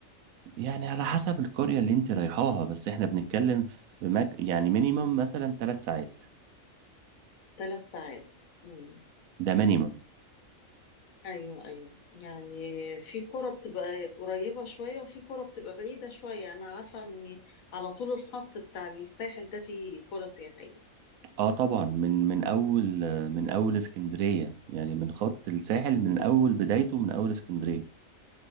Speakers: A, on the right; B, on the left.
A: يعني على حسب القرية اللي انت رايحاها بس احنا بنتكلم في مك... يعني مينيمم مثلا ثلاث ساعات
B: ثلاث ساعات مم.
A: ده مينيمم
B: ايوه ايوه يعني في كرة بتبقى قريبة شوية وفي كرة بتبقى بعيدة شوية انا عارفة ان على طول الخط بتاع الساحل ده فيه كرة سياحية
A: اه طبعا من من اول من اول اسكندريه يعني من خط الساحل من اول بدايته من اول اسكندريه